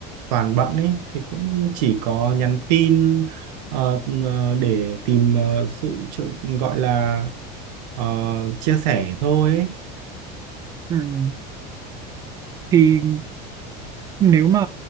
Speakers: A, on the right; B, on the right.
A: toàn bận ấy thì cũng chỉ có nhắn tin ờ, ờ, để tìm ờ, sự trợ- gọi là ờ, chia sẻ thôi ấy.
B: ừm, thì Nếu mà